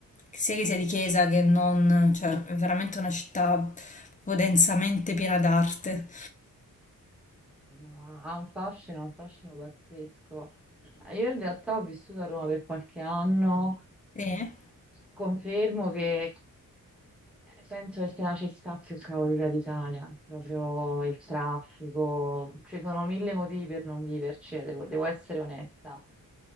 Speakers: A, on the left; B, in the centre.
A: sia che sia di chiesa che non, cioè è veramente una città proprio densamente piena d'arte.
B: no, ha un fascino, un fascino pazzesco. Eh, Io in realtà ho vissuto a Roma per qualche anno
A: Sì,
B: Confermo che eh, penso che sia la città più caotica d'Italia, proprio il traffico, ci sono mille motivi per non viverci, eh, devo, devo essere onesta,